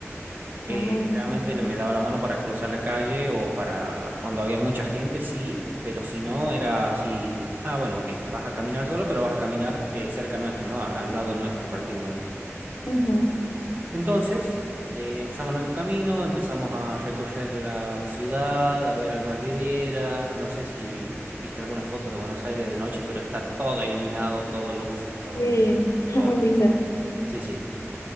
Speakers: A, on the right; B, on the left.
A: Eh,
B: Ah,
A: generalmente le- me daba la mano para cruzar la calle o para cuando había mucha gente, sí, pero si no, era así, ah, bueno, ok, vas a caminar solo, pero vas a caminar eh, cerca nuestro, ¿no? Al, al lado nuestro prácticamente.
B: Ajá.
A: Entonces, eh, empezamos nuestro camino, empezamos a recorrer la ciudad, a ver algunas vidrieras, no sé si viste algunas fotos de Buenos Aires de noche, pero está todo iluminado, todo luces, todo
B: Sí,
A: mucha,
B: <laughs> es
A: todo.
B: muy linda.
A: Sí, sí.